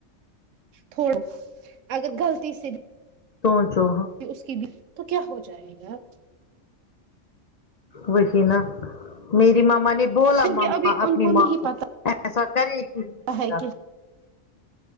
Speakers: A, on the right (about 80°); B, on the left (about 50°).
A: تھوڑو اگر غلطی سے
B: تو جو ہم
A: اس کے بیچ تو کیا ہو جائے گا
B: وہی نا میری مما نے بولا
A: کیونکہ
B: مما
A: ابھی ان
B: اپنی
A: نہیں
B: ماں کو
A: پتا
B: ایسا کرے گی
A: ہے
B: کیا
A: کہ